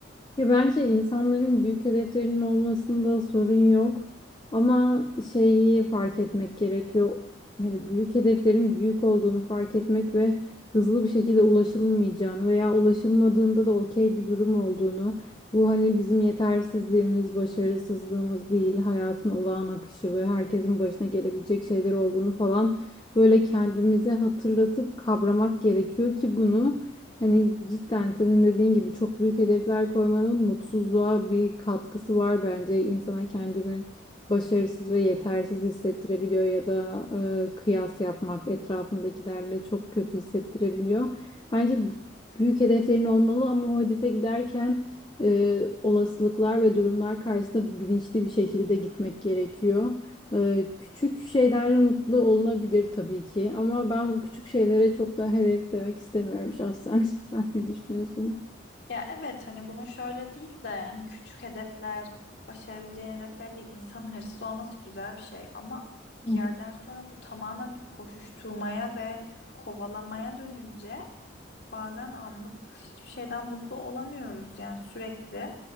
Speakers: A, on the left; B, on the left.
A: Ya bence insanların büyük hedeflerinin olmasında sorun yok. Ama şeyi fark etmek gerekiyor. Hani büyük hedeflerin büyük olduğunu fark etmek ve hızlı bir şekilde ulaşılmayacağını veya ulaşılmadığında da okey bir durum olduğunu. Bu hani bizim yetersizliğimiz, başarısızlığımız değil, hayatın olağan akışı ve herkesin başına gelebilecek şeyler olduğunu falan böyle kendimize hatırlatıp kavramak gerekiyor ki bunu Hani cidden senin dediğin gibi çok büyük hedefler koymanın mutsuzluğa bir katkısı var bence. İnsana kendini başarısız ve yetersiz hissettirebiliyor ya da e, kıyas yapmak etrafındakilerle çok kötü hissettirebiliyor. Bence büyük hedeflerin olmalı ama o hedefe giderken e, olasılıklar ve durumlar karşısında bilinçli bir şekilde gitmek gerekiyor. Ee, küçük şeylerle mutlu olunabilir tabii ki ama ben bu küçük şeylere çok da hedef demek istemiyorum şahsen. <laughs> Sen ne düşünüyorsun?
B: Ya evet hani bunu şöyle değil de hani küçük hedefler, başarabileceğin hedefler değil. İnsan hırslı olması güzel bir şey ama
A: Hı
B: bir yerden
A: hı.
B: sonra bu tamamen bir koşuşturmaya ve kovalamaya dönünce bazen anlık hiçbir şeyden mutlu olamıyoruz yani sürekli